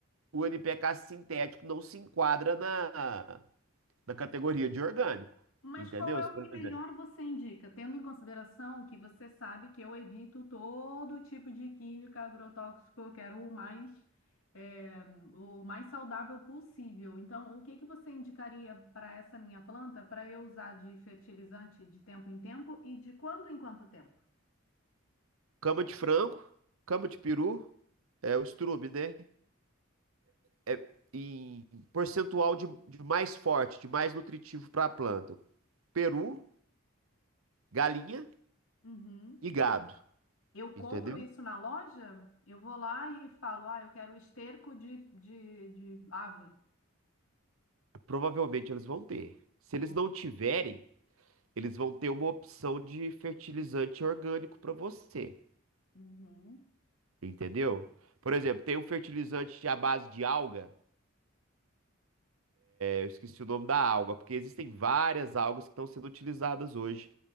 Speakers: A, on the right; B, on the left.
A: o NPK sintético não se enquadra na, da categoria de orgânico,
B: Mas
A: entendeu?
B: qual é o
A: Por
B: que melhor
A: exemplo,
B: você indica, tendo em consideração que você sabe que eu evito todo tipo de química agrotóxico, eu quero o mais, eh, o mais saudável possível. Então, o que que você indicaria para essa minha planta para eu usar de fertilizante de tempo em tempo e de quanto em quanto tempo?
A: cama de frango, cama de peru, é o estrume, né? É em percentual de, de mais forte, de mais nutritivo para a planta. Peru, galinha
B: Uhum.
A: e gado,
B: Eu
A: entendeu?
B: compro isso na loja, eu vou lá e falo, ah, eu quero esterco de, de, de ave.
A: Provavelmente eles vão ter. Se eles
B: Ok.
A: não tiverem, eles vão ter uma opção de fertilizante orgânico para você,
B: Uhum,
A: entendeu? Por exemplo, tem um fertilizante à base de alga, Eu esqueci o nome da alga, porque existem várias algas que estão sendo utilizadas hoje